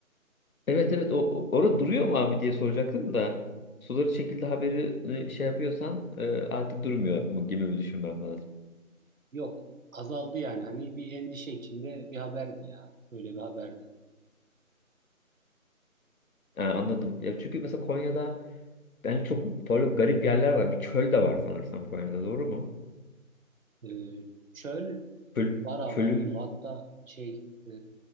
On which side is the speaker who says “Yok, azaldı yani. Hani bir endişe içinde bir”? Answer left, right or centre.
Right